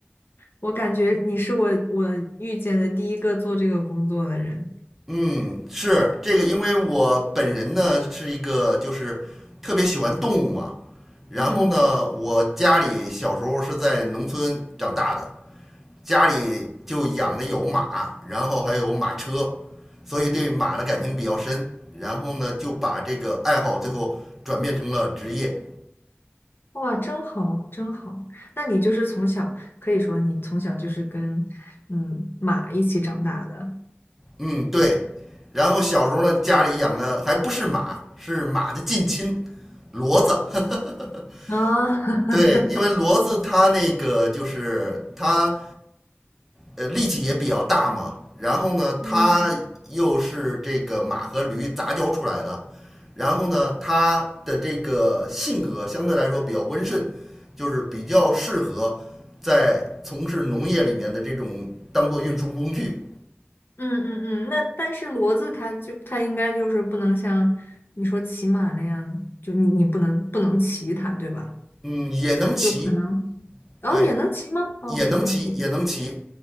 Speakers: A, on the left; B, in the centre.
A: 我感觉你是我我遇见的第一个做这个工作的人。
B: 嗯，是这个，因为我本人呢是一个就是特别喜欢动物嘛，然后呢，
A: 嗯，
B: 我家里小时候是在农村长大的，家里就养的有马，然后还有马车，所以对马的感情比较深，然后呢就把这个爱好最后转变成了职业。
A: 哇，真好，真好。那你就是从小，可以说你从小就是跟嗯马一起长大的
B: 嗯，对，然后小时候呢家里养的还不是马，是马的近亲，骡子。<laughs>
A: 啊。<laughs>
B: 对，因为骡子它那个就是它呃力气也比较大嘛，然后呢，它又是这个马和驴杂交出来的，
A: 嗯。
B: 然后呢，它的这个性格相对来说比较温顺，就是比较适合在从事农业里面的这种当做运输工具。
A: 嗯嗯嗯，那但是骡子它就它应该就是不能像你说骑马那样，就你你不能不能骑它，对吧？
B: 嗯，也能骑，
A: 啊，就可能，然后也能骑吗？
B: 对，
A: 哦，
B: 也能骑，
A: 好吧，我不
B: 也能骑，